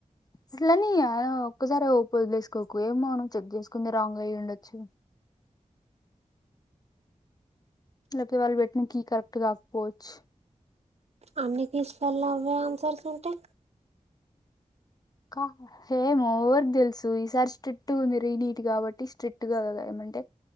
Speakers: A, on the left; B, on the right.
A: అట్లని ఒక్కసారి వదిలేసుకోకు ఏమో నువ్ చెక్ చేసుకుంది రాంగ్ అయి ఉండొచ్చు లేకపోతే వాళ్ళు పెట్టిన కీ కరెక్ట్ కాకపోవచ్చు
B: అన్ని కీస్లల్ల అవే ఆన్సర్స్ ఉంటే
A: క ఏమో ఎవరికి దెలుసు ఈసారి స్ట్రిక్ట్గా ఉంది రీ నీట్ గాబట్టి స్ట్రిక్ట్ గా గదా ఏమంటే